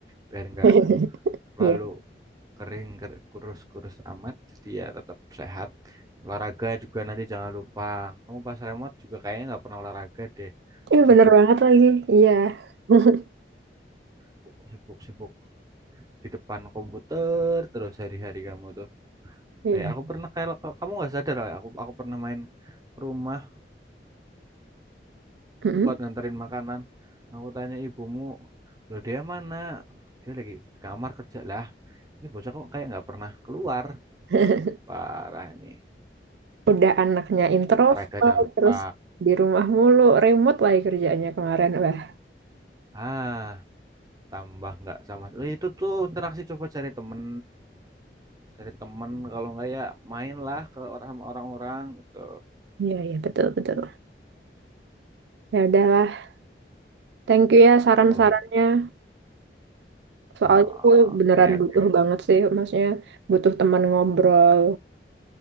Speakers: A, on the right; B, on the right.
A: biar nggak
B: <laughs>
A: terlalu
B: Iya.
A: kering ker- kurus-kurus amat jadi ya tetap sehat olahraga juga nanti jangan lupa kamu pas remote juga kayaknya nggak pernah olahraga deh
B: Iya
A: sibuk
B: bener banget lagi. Iya. <laughs>
A: sibuk sibuk sibuk di depan komputer terus hari-hari kamu tuh
B: Iya.
A: kayak aku pernah kayak kamu nggak sadar kayak aku aku pernah main ke rumah
B: Mm-mm.
A: buat nganterin makanan aku tanya ibumu lo dia mana dia lagi di kamar kerja lah ini bocah kok kayak nggak pernah keluar
B: <laughs>
A: parah ini
B: Udah anaknya introvert
A: parah gak jangan lupa
B: terus di rumah mulu, remote lagi kerjaannya kemarin. Wah.
A: ah tambah nggak sama Eh, itu tuh interaksi coba cari temen cari temen kalau nggak ya mainlah ke orang sama orang-orang gitu
B: Iya, iya betul betul. Ya udahlah. Thank you ya saran-sarannya.
A: kalau
B: Soalnya
A: Ah,
B: gue
A: oke
B: beneran
A: oke
B: butuh banget sih, maksudnya butuh teman ngobrol.